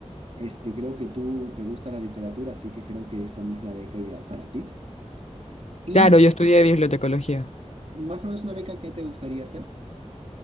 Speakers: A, on the right; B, on the left.
A: Este, creo que tú te gusta la literatura, así que creo que esta no es la beca ideal para ti. Y
B: Claro, yo estudié bibliotecología.
A: más o menos una beca que te gustaría hacer.